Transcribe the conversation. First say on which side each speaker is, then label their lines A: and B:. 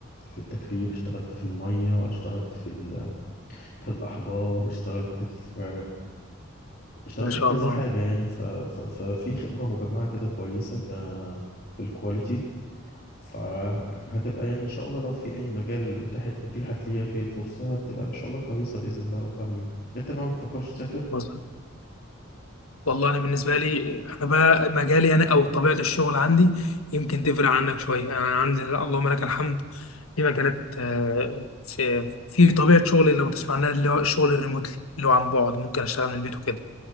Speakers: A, on the left; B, on the left.
A: في التكرير اشتغلت في الميه اشتغلت في ال- في الاحبار اشتغلت في اشتغلت
B: ما شاء
A: في كذا
B: الله
A: حاجه يعني ف... ف... ففي خبره مجمعه كده كويسه ك في الكواليتي فهتبقى يعني ان شاء الله لو في اي مجال اتاحت اتيحت ليا فيه الفرصه هتبقى ان شاء الله كويسه باذن الله رب العالمين انت بقى ما بتفكرش تسافر
B: مظبوط والله انا بالنسبه لي انا بقى مجالي انا او طبيعه الشغل عندي يمكن تفرق عنك شويه يعني انا عندي لا، اللهم لك الحمد في مجالات آه، في في طبيعه شغلي لو تسمع عنها اللي هو الشغل الريموتلي اللي هو عن بعد ممكن اشتغل من البيت وكده